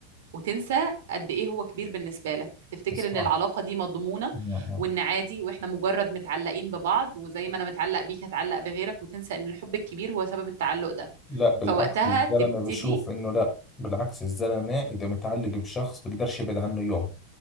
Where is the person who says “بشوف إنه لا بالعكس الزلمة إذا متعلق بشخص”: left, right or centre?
Left